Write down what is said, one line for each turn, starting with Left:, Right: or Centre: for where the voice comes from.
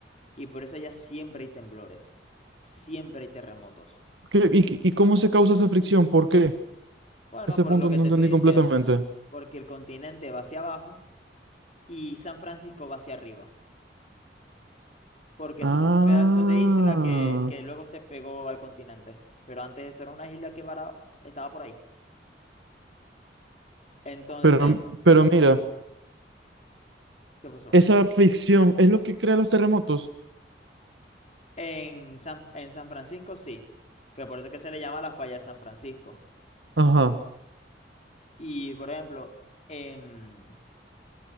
Left: y por eso allá siempre hay temblores, siempre hay terremotos.
Right: ¿Qué- y, y cómo se causa esa fricción? ¿Por qué?
Left: Bueno,
Right: Ese
Left: por
Right: punto
Left: lo que
Right: no
Left: te
Right: entendí
Left: estoy
Right: completamente.
Left: diciendo, porque el continente va hacia abajo y San Francisco va hacia arriba, porque
Right: Ah.
Left: eso fue un pedazo de isla que, que luego se pegó al continente, pero antes eso era una isla que vara- estaba por ahí. Entonces,
Right: Pero, pero mira,
Left: ¿qué pasó?
Right: esa fricción es lo que crea los terremotos.
Left: En San, en San Francisco sí, que por eso es que se le llama la falla de San Francisco.
Right: Ajá,
Left: Y por ejemplo, en,